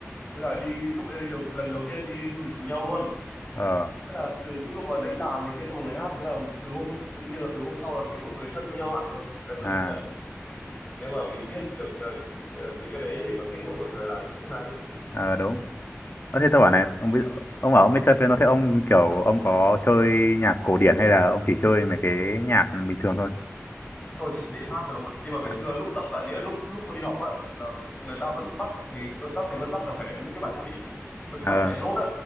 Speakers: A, on the left (about 25°); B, on the left (about 50°).
A: thế là đi lúc đấy là đi đầu, lần đầu tiên đi du lịch cùng nhau luôn
B: ờ
A: thế là từ cái lúc mà đánh đàn này kia cho mọi người hát thế là từ hôm tự nhiên là từ hôm sau là thấy mọi người thân với nhau hẳn luôn Thế là tôi
B: à
A: nghĩ là nếu mà mình biết được ờ, ờ, mấy cái đấy để mà kết nối mọi người là cũng hay
B: ờ đúng. Ờ thế tôi bảo này, ông biết ông bảo ông biết chơi piano thế ông kiểu ông có chơi nhạc cổ điển hay là ông chỉ chơi mấy cái nhạc bình thường thôi?
A: tôi chỉ đệm hát thôi không ạ nhưng mà ngày
B: À,
A: xưa lúc tập bạn ấy lúc lúc tôi đi học á là người ta vẫn bắt thầy các thầy vẫn bắt là phải đánh mấy cái bài cổ điển mấy cái
B: ờ
A: bài chạy nốt á